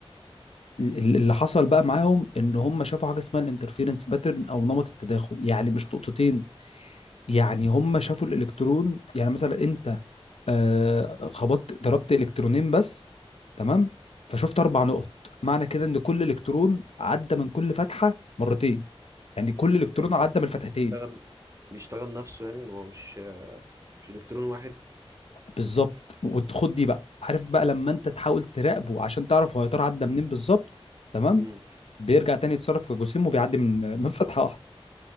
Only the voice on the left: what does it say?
اللي حصل بقى معاهم ان هم شافوا حاجه اسمها الانترفيرنس باترن او نمط التداخل يعني مش نقطتين يعني هم شافوا الالكترون يعني مثلا انت آه، خبطت ضربت الكترونين بس تمام فشفت اربع نقط معنى كده ان كل الكترون عدى من كل فتحه مرتين يعني كل الكترون
عدى
من
الفتحتين
بالظبط وتخد دي بقى عارف بقى لما انت تحاول تراقبه عشان تعرف هو يا ترى عدى منين بالظبط تمام
بيرجع تاني يتصرف كجسيم وبيعدي من <laughs> من فتحه واحده